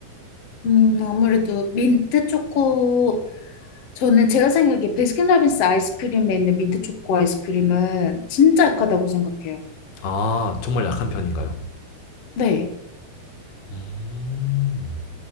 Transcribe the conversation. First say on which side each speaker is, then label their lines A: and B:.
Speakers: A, on the left (about 50°); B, on the left (about 85°).
A: 음, 아무래도 민트 초코, 저는 제가 생각하기에 베스킨라빈스 아이스크림에 있는 민트 초코 아이스크림은 진짜 약하다고 생각해요.
B: 아, 정말 약한 편인가요?
A: 네,
B: 음.